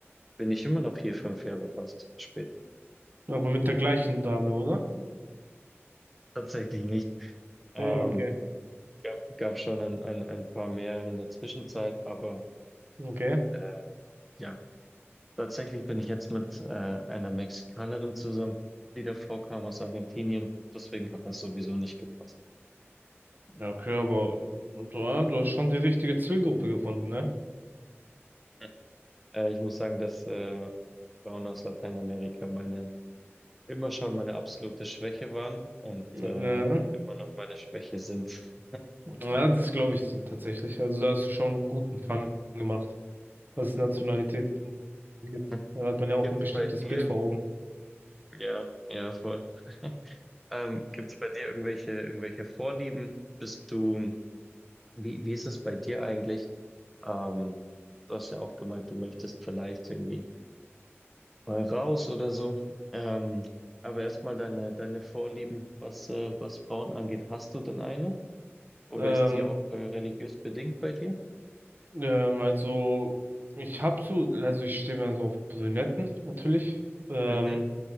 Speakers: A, in the centre; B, on the right.
A: bin ich immer noch hier fünf Jahre fast später.
B: Aber mit der gleichen Dame, oder?
A: Tatsächlich nicht. Ähm,
B: Okay.
A: gab, gab schon ein, ein, ein paar mehr in der Zwischenzeit, aber
B: Okay.
A: äh, ja. Tatsächlich bin ich jetzt mit äh, einer Mexikanerin zusammen, die davor kam aus Argentinien. Deswegen hat das sowieso nicht gepasst.
B: Ja, okay, aber ja, du hast schon die richtige Zielgruppe gefunden, ne?
A: <laughs> Äh, ich muss sagen, dass äh, Frauen aus Lateinamerika meine immer schon meine absolute Schwäche waren und
B: Ja,
A: äh, immer noch meine Schwäche sind.
B: ja das glaube ich tatsächlich. Also da hast du schon einen guten Fang gemacht, was Nationalität angeht.
A: <laughs>
B: Da hat man ja auch
A: Gibt's
B: ein bestimmtes
A: bei dir?
B: Bild vor Augen.
A: Ja, ja, voll. <laughs> Ähm, gibt's bei dir irgendwelche irgendwelche Vorlieben? Bist du Wie, wie ist es bei dir eigentlich? Ähm, du hast ja auch gemeint, du möchtest vielleicht irgendwie mal raus oder so. Ähm, aber erstmal deine, deine Vorlieben, was, äh, was Frauen angeht. Hast du denn eine? Oder
B: Ähm,
A: ist die auch äh, religiös bedingt bei dir?
B: ähm, also ich habe so, also ich stehe mir so auf Brünetten natürlich. Ähm,
A: Mhm,